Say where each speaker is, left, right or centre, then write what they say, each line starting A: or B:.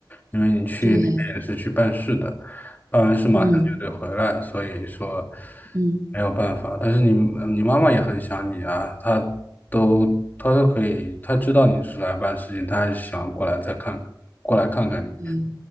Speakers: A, on the left; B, on the right.
A: 因为你去那边也是去办事的。
B: 对，
A: 办完事马上就得回来，
B: 嗯
A: 所以说
B: 嗯
A: 没有办法。但是你你妈妈也很想你啊，她都她都可以，她知道你只是来办事情，她还是想过来再看过来看看你。
B: 对